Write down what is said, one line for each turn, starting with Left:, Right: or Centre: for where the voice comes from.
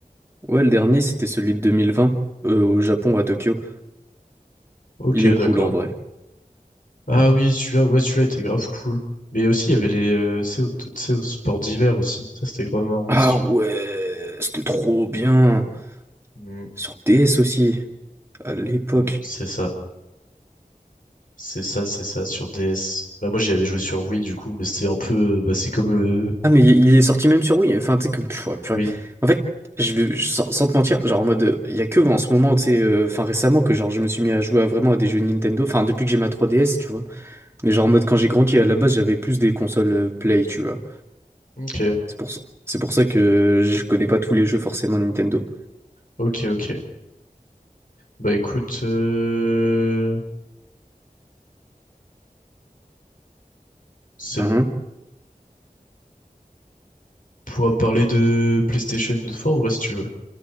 Right: Ouais, le dernier, c'était celui de 2020, euh, au Japon, à Tokyo.
Left: Ok,
Right: Il est
Left: d'accord.
Right: cool en vrai.
Left: Ah oui, celui-là, ouais, celui-là était grave cool. Mais aussi, il y avait les... euh, tu sais, au, tu sais, au sport d'hiver aussi. Ça, c'était grave marrant
Right: Ah
Left: aussi.
Right: ouais, c'était trop bien.
Left: Mm,
Right: Sur DS aussi. À l'époque.
Left: mm, c'est ça. C'est ça, c'est ça, sur DS. Bah, moi, j'y avais joué sur Wii, du coup, mais c'était un peu... Bah, c'est comme le...
Right: Ah, mais il il est sorti même sur Wii. Enfin, tu sais, comme. Pff, ouais, purée.
Left: Oui,
Right: En fait, je, vais- je- sans, sans te mentir, genre en mode. euh, Il y a que en ce moment, tu sais, euh, enfin récemment, que genre je me suis mis à jouer à, vraiment à des jeux Nintendo. Enfin, depuis que j'ai ma 3DS, tu vois. Mais genre en mode, quand j'ai grandi, à la base, j'avais plus des consoles euh, Play, tu vois.
Left: ok,
Right: C'est pour, ça- c'est pour ça que je connais pas tous les jeux forcément Nintendo.
Left: ok, ok. Bah, écoute... euh, C'est
Right: Mhm.
Left: bon. pourra parler de PlayStation une autre fois, en vrai, si tu veux.